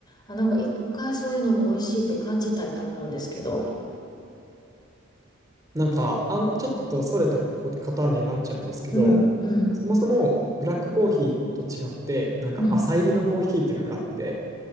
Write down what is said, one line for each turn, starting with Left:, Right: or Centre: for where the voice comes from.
Left: あ、なんか一回そういうのも美味しいって感じたいと思うんですけど。
Right: なんか、あん、ちょっとそれたこ方にはなっちゃうんですけど、
Left: うん、うん、
Right: そもそもブラックコーヒーと違って、なんか浅入りのコーヒーっていうのがあって、
Left: うん。